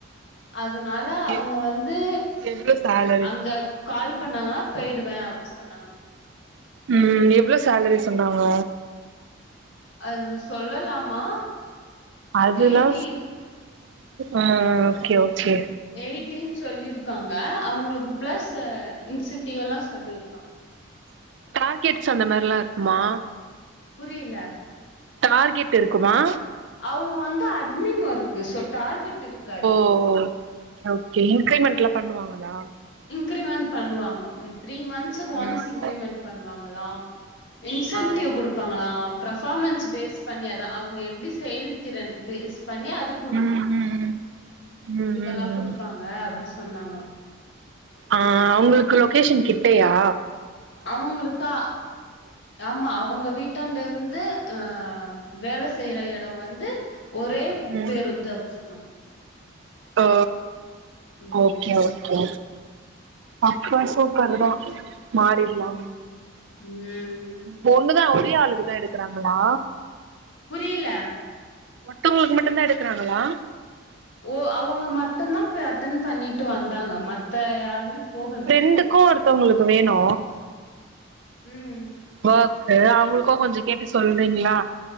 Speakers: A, on the left; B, on the right.
A: அதுனால அவுங்க
B: எ
A: வந்து
B: எவ்ளோ சேலரி
A: அங்க
B: சொன்னாங்க
A: கால் பண்ணாங்கனா போய்டுவே அப்டி சொன்னாங்
B: ம் எவ்ளோ சேலரி சொன்னாங்க
A: அது சொல்லலாமா
B: அதுல்லா
A: எயிட்டீன்
B: ஆ ஒகே ஓகே
A: எய்ட்டின் சொல்லிருக்காங்க அவுங்களுக்கு பிளஸ் ஆ இன்சென்டிவ்வ எல்லா சொல்லிர்க்காங்க
B: டார்கெட்ஸ் அந்த மாரிலா இருக்குமா
A: புரியல
B: டார்கெட் இருக்குமா
A: அவுங்க வந்து அட்மின் ஒர்க்கு ஸோ டார்கெட் இருக்காது
B: ஓ கே ஓகே இன்கிரிமெண்ட்லா பண்ணுவாங்களா
A: இன்கிரிமென் பண்ணுவாங்க ம் த்ரீ மந்ஸ்க்கு ஒன்ஸ்
B: ம்
A: இன்கிரிமென் பண்ணுவாங்களாம் இன்சன்டிவ்
B: ஆ
A: குடுப் பாங்களா பிரப்பாஃமனஸ் பேஸ் பண்ணி அதா அவுங்க எப்டி செயல்திறன் பேஸ் பண்ணி அது குடுப்பாங்க
B: ம் ம் ம்
A: இதுக்கெல்லா
B: ம் ம்
A: குடுப்பாங்க
B: ம்
A: அப்டி சொன்னாங்களா
B: ஆ அவுங்களுக்கு லொகேஷன் கிட்டையா
A: அவுங்களுக்கா ஆமா அவங்க வீட்டாண்ட இருந்து அ வேல செய்யற எடோ வந்து ஒரே
B: ம்
A: பேருந்து அப்டின் சொன்னாங்க
B: ஒ
A: ம்
B: ஓகே ஓகே அப்ப சூப்பர்தா மாறிட்லா
A: ம் ம்
B: பொண்ணுதா ஒரே ஆளுக்குதா எடுக்குறாங்களா
A: புரியில
B: மொட்டவங்களுக்கு மட்டு தா எடுக்கறாங்களா
A: ஓ அவுங்க மட்டு்ந்தா போய் அட்டன் பண்ணிட்டு வந்தாங்க மத்த யாருமே போகல
B: ரெண்டுக்கு ஒருத்தவங்களுக்கு வேணு
A: ம்
B: வ கு அவுங்களுக்கு கொஞ்ச கேட்டு சொல்றீங்ளா